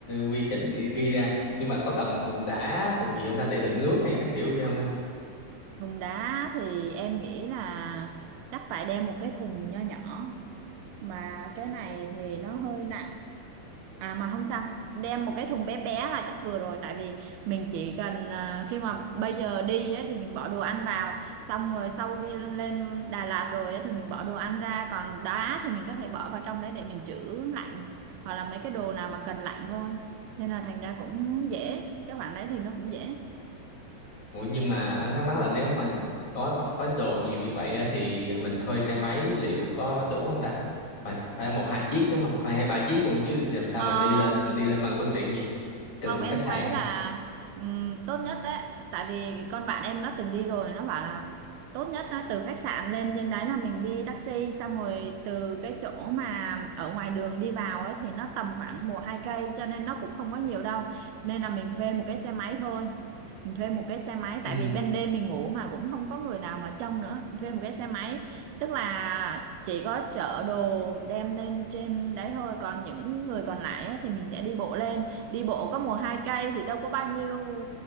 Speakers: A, on the left; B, on the right.
A: quy trình ghi ghi ra nhưng mà có cần thùng đá thùng gì không ta để đựng nước hay các kiểu gì không ta?
B: thùng đá thì em nghĩ là chắc phải đem một cái thùng nho nhỏ mà cái này thì nó hơi nặng à mà không sao đem một cái thùng bé bé là chắc vừa rồi tại vì mình chỉ cần à, khi mà bây giờ đi á, thì mình bỏ đồ ăn vào xong rồi sau khi lên Đà Lạt rồi á, thì mình bỏ đồ ăn ra còn đá thì mình có thể bỏ vào trong đấy để mình trữ lạnh hoặc là mấy cái đồ nào mà cần lạnh thôi nên là thành ra cũng dễ cái khoản đấy thì nó cũng dễ
A: Ủa nhưng mà anh thắc mắc là nếu mình có thọ- có đồ nhiều như vậy á, thì mình thuê xe máy liệu có đủ không ta? Phải phải một hai chiếc đúng không? Hai hay ba chiếc luôn chứ làm sao
B: không
A: mình đi lên? Mình đi lên bằng phương tiện gì? Từ
B: không em
A: khách sạn.
B: thấy là ừm, tốt nhất đấy tại vì con bạn em nó từng đi rồi nó bảo là tốt nhất là từ khách sạn lên trên đấy là mình đi taxi xong rồi từ cái chỗ mà ở ngoài đường đi vào ấy thì nó tầm khoảng một hai cây cho nên nó cũng không có nhiều đâu nên là mình thuê một cái xe máy thôi mình thuê một cái xe máy
A: Ừ.
B: tại vì ban đêm mình ngủ mà cũng không có người nào mà trông nữa thuê một cái xe máy tức là chỉ có chở đồ đem lên trên đấy thôi còn những người còn lại ấy, thì mình sẽ đi bộ lên đi bộ có mùa hai cây thì đâu có bao nhiêu